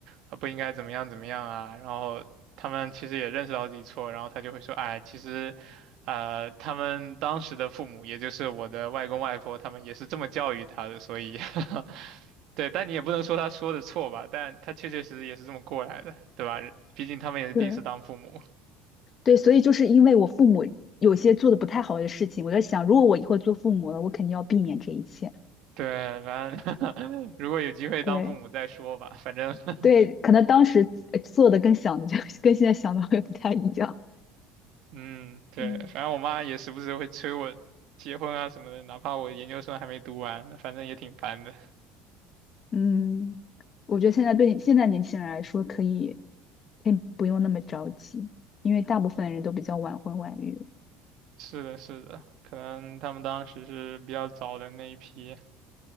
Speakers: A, on the right; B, on the left.
A: 啊不应该怎么样怎么样啊，然后他们其实也认识到自己错，然后他就会说，哎，其实，呃，他们当时的父母，也就是我的外公外婆，他们也是这么教育他的，所以，<laughs> 对，但你也不能说他说的错吧，但他确确实实也是这么过来的，对吧？毕竟他们也是第一次当父母，
B: 对对，所以就是因为我父母有些做的不太好的事情，我在想，如果我以后做父母了，我肯定要避免这一切。
A: <laughs> 对，反正 <laughs> 如果有机会当父母再说吧，
B: 对。
A: 反正 <laughs>
B: 对，可能当时呃做的跟想的就 <laughs> 跟现在想的会不太一样。
A: 嗯，对，
B: 嗯，
A: 反正我妈也时不时会催我结婚啊什么的，哪怕我研究生还没读完，反正也挺烦的。
B: 嗯，我觉得现在对现在年轻人来说，可以可以不用那么着急，因为大部分人都比较晚婚晚育了
A: <laughs> 是的，是的，可能他们当时是比较早的那一批